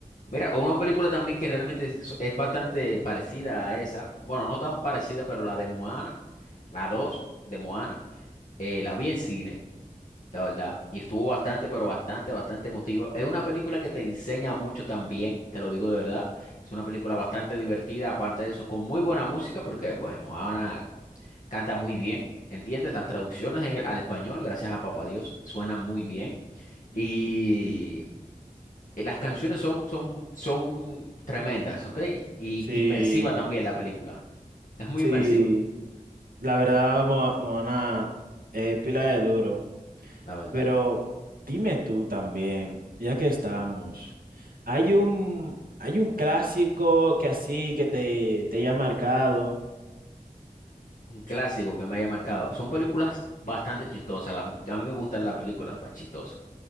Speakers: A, on the left; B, on the right.
A: Mira, una película también que realmente es, es bastante parecida a esa. Bueno, no tan parecida, pero la de Moana, la 2 de Moana, eh, la vi en cine, la verdad. Y estuvo bastante, pero bastante, bastante emotiva. Es una película que te enseña mucho también, te lo digo de verdad. Es una película bastante divertida, aparte de eso, con muy buena música, porque pues Moana canta muy bien, ¿entiendes? Las traducciones en- al español, gracias a Papá Dios, suenan muy bien.
B: Mm,
A: Y las canciones son, son, son tremendas, ¿ok? Y
B: Sí.
A: inmersiva también la película. Es muy
B: Sí,
A: inmersiva,
B: la verdad, Mo- Moana es pila de duro.
A: la verdad.
B: Pero dime tú también, ya que estamos, hay un, hay un clásico que así que te, te haya marcado,
A: Un clásico que me haya marcado. Son películas bastante chistosas. las- a mí me gustan las películas más chistosas.